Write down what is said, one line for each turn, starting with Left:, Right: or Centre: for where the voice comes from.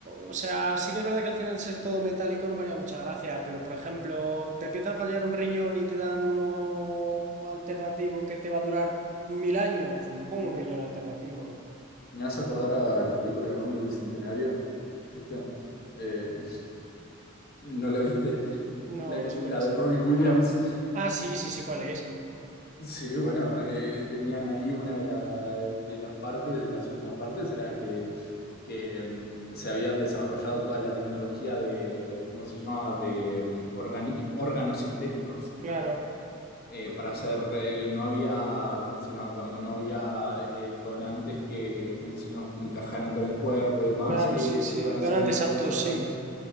Right: O sea, sí que es verdad que al final ser todo metálico no me haría mucha gracia, pero por ejemplo, te empieza a fallar un riñón y te dan uno alternativo que te va a durar mil años, pues me pongo un riñón alternativo.
Left: Me hace acordar a la película del hombre bicentenario, ¿viste? Eh, <laughs> ¿no la viste?
Right: No,
Left: La,
Right: no
Left: la
Right: sé cuál es.
Left: de Robin Williams.
Right: Ah, sí, sí, sé cuál es.
Left: Sí, bueno, eh, tenían ahí una de, la- de las partes, de las últimas partes, era que, que mm, se habían desarrollado toda la tecnología de, ¿cómo se llama?, de mm, organi- órganos sintéticos
Right: Claro,
Left: eh, para hacer, eh, no había, ¿cómo se llama?, cuando no había eh, donantes que, ¿cómo se llama?, que encajaran con el cuerpo y demás,
Right: claro,
Left: eh,
Right: sí, sí.
Left: se iban haciendo
Right: Donantes
Left: todos
Right: aptos,
Left: los órganos,
Right: sí.
Left: sin-